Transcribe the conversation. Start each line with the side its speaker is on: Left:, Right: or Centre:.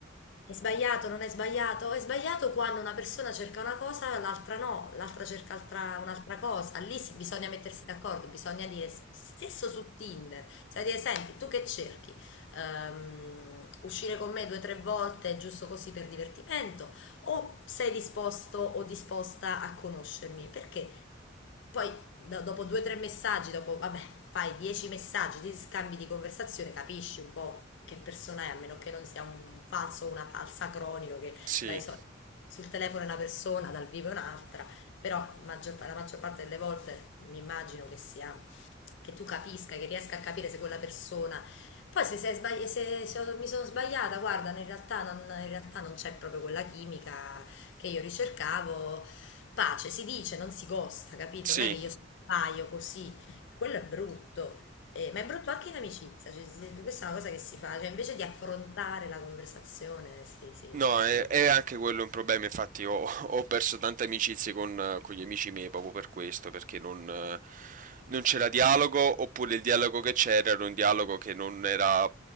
Left: È sbagliato, non è sbagliato? È sbagliato quando una persona cerca una cosa, l'altra no, l'altra cerca altra- un'altra cosa. Lì si- bisogna mettersi d'accordo, bisogna dire, stesso su Tinder, sai dire, senti, tu che cerchi? Ehm, uscire con me due o tre volte giusto così per divertimento? O sei disposto o disposta a conoscermi? Perché poi do- dopo due o tre messaggi, dopo, vabbè, fai dieci messaggi, ti scambi di conversazione, capisci un po' che persona è, a meno che non sia un falso o una falsa cronico che
Right: Sì,
Left: dai so- sul telefono è una persona, dal vivo è un'altra, però maggior- la maggior parte delle volte mi immagino che sia, che tu capisca, che riesca a capire se quella persona... Poi se, sei sbagli- se- se ho- mi sono sbagliata, guarda, in realtà non in realtà non c'è proprio quella chimica che io ricercavo pace, si dice, non si gosta, capito?
Right: sì,
Left: Non è che io sbaglio così, quello è brutto, Eh, ma è brutto anche in amicizia, cioè, si- questa è una cosa che si fa, cioè invece di affrontare la conversazione, si, si,
Right: No,
Left: si, si-
Right: è, è anche quello un problema, infatti ho, <laughs> ho perso tante amicizie con, con gli amici miei proprio per questo, perché non, eh, non c'era dialogo, oppure il dialogo che c'era era un dialogo che non era